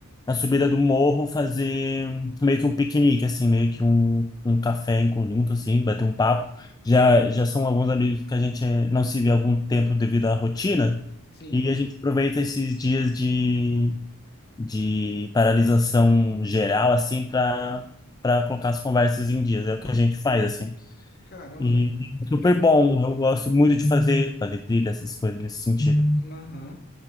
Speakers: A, on the left; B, on the left.
A: na subida do morro fazer meio que um piquenique, assim, meio que um, um café em conjunto, assim, bater um papo. Já, já são alguns amigos que a gente eh, não se vê há algum tempo devido à rotina.
B: Sim.
A: E a gente aproveita esses dias de de paralisação geral, assim, para para colocar as conversas em dias. É o que a gente faz, assim.
B: Caramba,
A: E
B: velho.
A: super
B: Fiquei-
A: bom. Eu gosto muito de fazer, fazer trilha, essas coisas nesse sentido.
B: Aham.